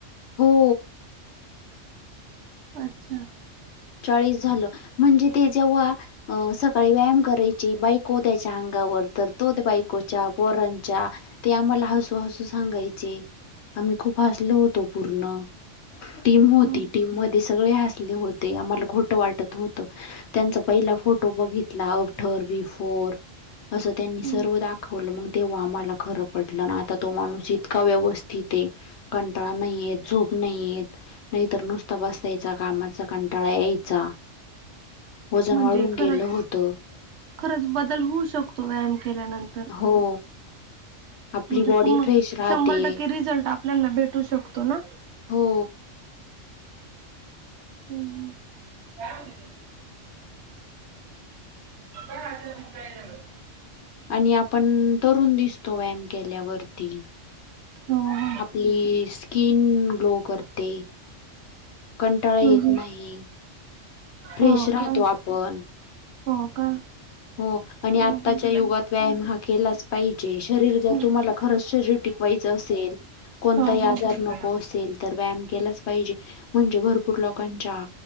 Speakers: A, on the left; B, on the right.
A: हो!
B: अच्छा!
A: चाळीस झालं म्हणजे ते जेव्हा अ सकाळी व्यायाम करायचे, बायको त्याच्या अंगावर तर तो बायकोच्या पोरांच्या ते आम्हाला हसू, हसू सांगायचे, आम्ही खूप हसलो होतो पूर्ण. टीम
B: हम्म.
A: होती, टीम मध्ये सगळे हसले होते, आम्हाला खोटं वाटत होत. त्यांचा पहिला फोटो बघितला, आफ्टर बिफोर. असं त्यांनी
B: हम्म.
A: सर्व दाखवलं मग तेव्हा आम्हाला खरं पटलं न आता तो माणूस इतका व्यवस्थित हे. कंटाळा नाही येत, झोप नाही येत, नाहीतर नुसता बसायचा कामा चा कंटाळा यायचा. वजन
B: म्हणजे
A: वाढून
B: खरच,
A: गेलं होतं.
B: खरच बदल होऊ शकतो व्यायाम केल्यानंत
A: हो. आपली
B: म्हणजे
A: बॉडी
B: पूर्ण
A: फ्रेश राहते
B: शंभर टक्के रिझल्ट आपल्याना भेटू शकतो ना
A: हो.
B: हम् <unintelligible> <unintelligible>
A: आणि आपण तरुण दिसतो व्यायाम केल्यावरती
B: हो
A: आपली स्किन ग्लो करते. कंटाळा येत
B: हो हो हम्म.
A: नाही फ्रेश
B: हो
A: राहतो
B: का
A: आपण
B: हो का
A: हो आणि
B: हम्म,
A: आताच्या
B: हम्म,
A: युगात व्यायाम हा केलाच पाहिजे शरीर जर
B: हम्म.
A: तुमला खरच शरीर टिकवायचेअसेल कोण
B: हो हो
A: आजार
B: हो
A: असेल तर व्यायाम केलाच पाहिजे म्हणजे भरपूर लोकांच्या